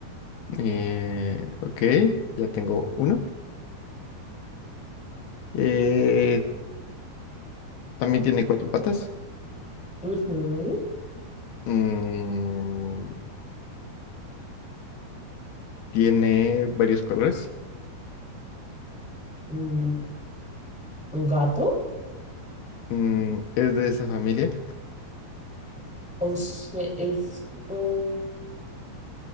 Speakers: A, on the left (about 75°); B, in the centre.
A: eh, ok, ya tengo uno. Eh, también tiene cuatro patas.
B: Ujú.
A: Mm, tiene varios colores.
B: Mm, ¿Un gato?
A: Mm, es de esa familia.
B: O sea, es un,